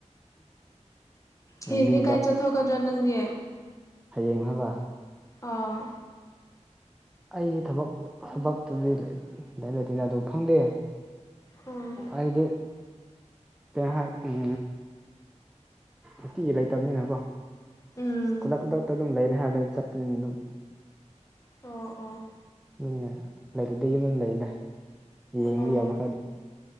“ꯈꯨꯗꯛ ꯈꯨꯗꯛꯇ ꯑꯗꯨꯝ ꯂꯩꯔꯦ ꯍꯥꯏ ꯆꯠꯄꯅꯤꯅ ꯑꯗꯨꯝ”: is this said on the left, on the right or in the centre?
Centre